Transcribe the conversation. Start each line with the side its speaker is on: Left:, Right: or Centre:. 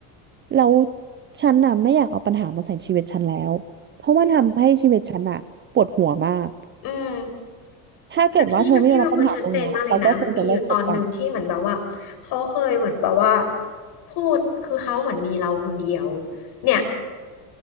Right: แล้วฉันน่ะไม่อยากเอาปัญหามาใส่ชีวิตฉันแล้วเพราะมันทำให้ชีวิตฉันน่ะปวดหัวมาก
Left: อืม
Right: ถ้าเกิดว่าเธอไม่ยอมรับปัญหาตรงเนี้ยเราก็ควรจะเลิกคบกัน
Left: แต่พี่แต่พี่เป็นคนชัดเจนมากเลยนะมันมีอยู่ตอนหนึ่งที่เหมือนแบบว่าเขาเคยเหมือนแบบว่าพูดคือเขาเหมือนมีเราคนเดียวเนี่ย